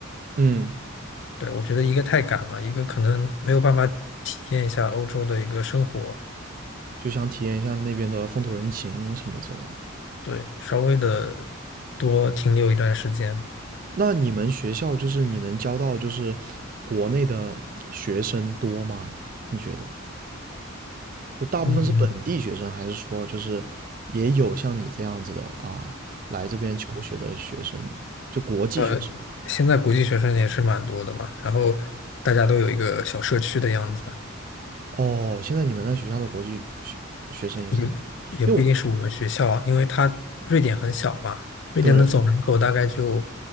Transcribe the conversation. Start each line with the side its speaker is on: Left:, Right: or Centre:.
Right: 嗯，
Left: 对，我觉得一个太赶了，一个可能没有办法体验一下欧洲的一个生活，
Right: 就想体验一下那边的风土人情什么之类的。
Left: 对，稍微的多停留一段时间。
Right: 那你们学校就是你能教到就是国内的学生多吗？你觉得？就大部分是本地学生，
Left: 嗯。
Right: 还是说就是也有像你这样子的啊，来这边求学的学生，就国际学生？
Left: 呃，现在国际学生也是蛮多的嘛，然后大家都有一个小社区的样子，
Right: 哦，现在你们那学校的国际学学生也是挺多，
Left: 也也不一定是我们学校啊因为它瑞典很小嘛，
Right: 因为我
Left: 瑞典的总人口大概就
Right: 对